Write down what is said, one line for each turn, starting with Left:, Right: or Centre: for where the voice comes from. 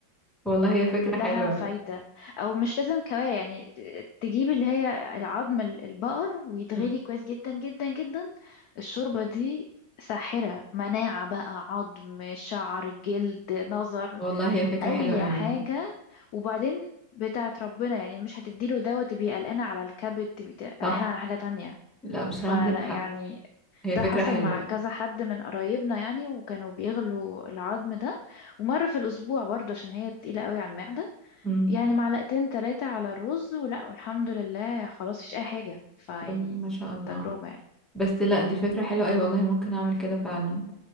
Centre: والله
Left: وكلها
Centre: هي فكرة حلوة
Left: فايدة او مش لازم كوارع يعني ت- تجيب اللي هي العظم ال- البقر ويتغلي
Centre: مم.
Left: كويس جدا جدا جدا الشوربة دي ساحرة مناعة بقى عظم شعر جلد نظر
Centre: والله هي فكرة
Left: اي
Centre: حلوة قوي
Left: حاجه وبعدين بتاعت ربنا يعني مش هتديله دوت تبقى قلقانه على الكبد تبقى
Centre: صح
Left: قلقانه على حاجه تانية
Centre: لا بصراحة
Left: فلا
Centre: عندك حق
Left: يعني
Centre: هي
Left: ده
Centre: فكرة
Left: حصل
Centre: حلوة
Left: مع كذا حد من قرايبنا يعني وكانوا بيغلوا العظم ده ومره في الاسبوع برضه عشان هي تقيله قوي على المعده
Centre: مم.
Left: يعني معلقتين ثلاثه على الرز ولا والحمد لله خلاص مفيش اي حاجه فيعني
Centre: طب ما شاء
Left: على
Centre: الله
Left: التجربه يعني
Centre: بس لا دي فكرة حلوة أي والله ممكن أعمل كده فعلا